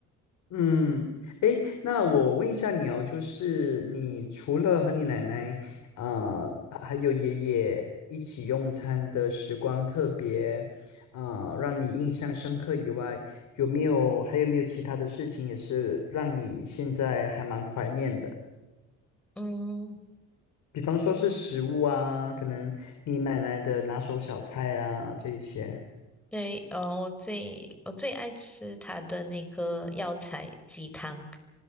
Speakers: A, on the left; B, in the centre.
A: 嗯，诶，那我问一下你哦，就是你除了和你奶奶啊、呃还有爷爷一起用餐的时光特别啊、呃让你印象深刻以外，有没有还有没有其他的事情也是让你现在还蛮怀念的？
B: 嗯，
A: 比方说是食物啊，可能你奶奶的拿手小菜啊这一些。
B: 对，哦，我最我最爱吃它的那个药材鸡汤，